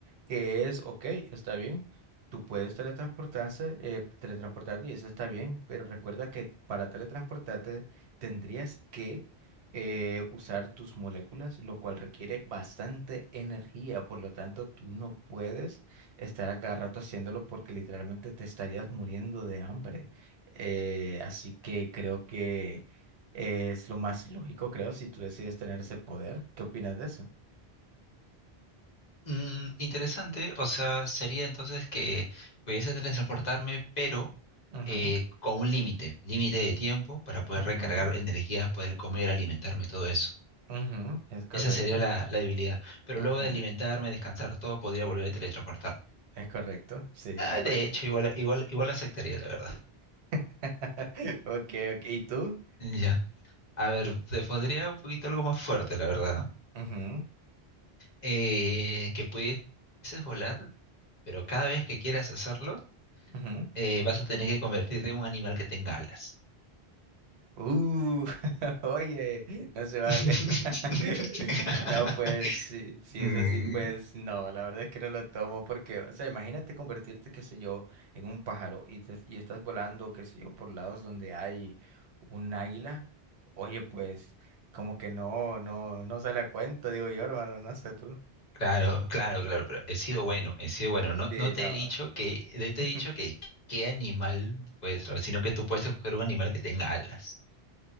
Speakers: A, on the right; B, on the left.
A: que es, ok, está bien, tú puedes teletransportarse, eh, teletransportarte y eso está bien, pero recuerda que para teletransportarte tendrías que eh, usar tus moléculas, lo cual requiere bastante energía, por lo tanto tú no puedes estar a cada rato haciéndolo porque literalmente te estarías muriendo de hambre. Eh, así que creo que... Es lo más lógico, creo, si tú decides tener ese poder. ¿Qué opinas de eso?
B: Mm, interesante, o sea, sería entonces que pudiese teletransportarme, pero
A: Ujú,
B: eh, con un límite, límite de tiempo para poder
A: ujú,
B: recargar energías, poder comer, alimentarme, todo eso.
A: ujú, Es correcto.
B: Esa sería la, la debilidad. Pero
A: ujú,
B: luego de alimentarme, descansar, todo, podría volver a teletransportarme.
A: Es correcto. Sí.
B: Ah, de
A: Oye.
B: hecho, igual, igual, igual aceptaría, la verdad.
A: <laughs> Ok, ok. ¿Y tú?
B: Ya. A ver, te pondría un poquito algo más fuerte, la verdad.
A: Ujú,
B: eh, que pudieses volar, pero cada vez que quieras hacerlo,
A: ujú.
B: eh, vas a tener que convertirte en un animal que tenga alas.
A: Uh, <laughs> oye, no se vale.
B: <laughs>
A: <laughs> No, pues si, si
B: Mm,
A: es así, pues no, la verdad es que no lo tomo porque, o sea, imagínate convertirte, qué sé yo, en un pájaro y, te- y estás volando, qué sé yo, por lados donde hay un águila. Oye, pues como que no, no, no sale a cuento, digo yo, hermano, no sé tú.
B: Claro, claro, claro, pero he sido bueno, he sido bueno. No,
A: Sí,
B: no te
A: no.
B: he dicho que, no
A: <laughs>
B: te he dicho que qué animal puedes traer, sino que tú puedes escoger un animal que tenga alas.